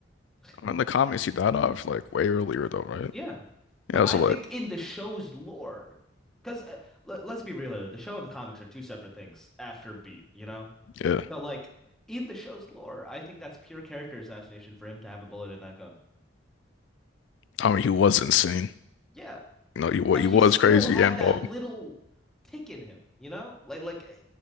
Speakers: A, in the centre; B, on the left.
A: <laughs>
B: In the comics, he died off like way earlier though, right?
A: Yeah. But
B: Yeah,
A: I
B: so
A: think
B: like,
A: in the show's lore, because uh, le- let's be real here, the show and the comics are two separate things after Beat, you know?
B: yeah,
A: So, like, in the show's lore, I think that's pure character assassination for him to have a bullet in that gun.
B: I mean, he was insane.
A: Yeah.
B: You know, he was
A: But
B: he
A: he
B: was
A: still
B: crazy
A: had
B: and
A: that
B: bald.
A: little tick in him, you know? Like, like eh,